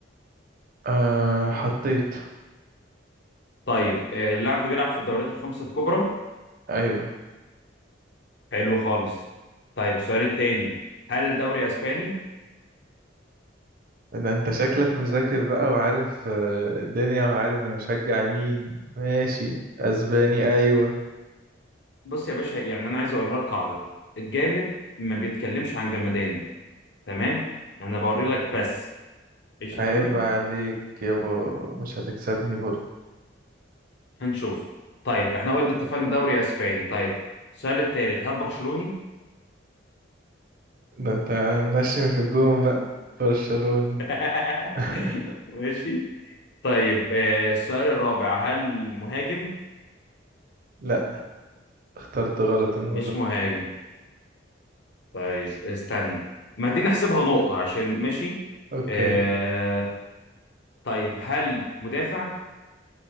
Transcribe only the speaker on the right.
أه حطيت
ايوه
ده انت شكلك مذاكر بقى وعارف آه، الدنيا وعارف انا بشجع مين ماشي اسباني ايوه
عيب
عليك يابا مش هتكسبني برضه
ده انت منشن في الجون بقى برشلوني
<laughs>
لا اخترت غلط المرة
اوكي